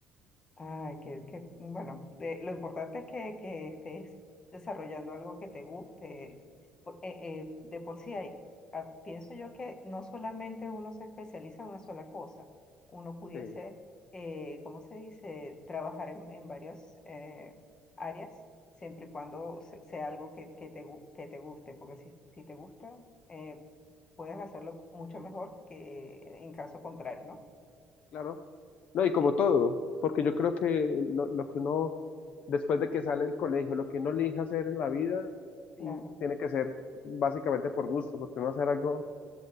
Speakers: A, on the left; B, on the left.
A: Ay, que, que- bueno, de- lo importante es que, que estés desarrollando algo que te guste. Por- eh, eh, de por sí hay, ah, pienso yo que no solamente uno se especializa en una sola cosa, uno pudiese,
B: Eh,
A: eh, ¿cómo se dice?, trabajar en, en varias eh, áreas, siempre y cuando se- sea algo que, que te, gu- que te guste, porque si, si te gusta, eh, puedes hacerlo mucho mejor que en caso contrario, ¿no?
B: claro. No, y como
A: Eh,
B: todo, porque yo creo que lo, lo que uno, después de que sale del colegio, lo que uno elija hacer en la vida,
A: claro.
B: mm, tiene que ser básicamente por gusto, porque uno va a hacer algo,